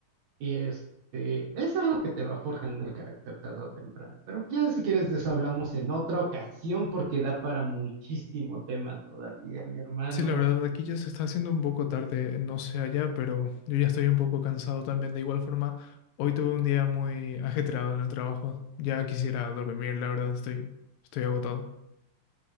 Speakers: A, on the right (about 60°); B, on the left (about 80°).
A: Y este, es algo que te va forjando el carácter tarde o temprano. Pero ya si quieres deshablamos en otra ocasión porque da para muchísimo tema todavía, mi hermano.
B: Sí, la verdad, aquí ya se está haciendo un poco tarde, no sé allá, pero yo ya estoy un poco cansado también. De igual forma, hoy tuve un día muy ajetreado en el trabajo. Ya quisiera dormir, la verdad, estoy, estoy agotado.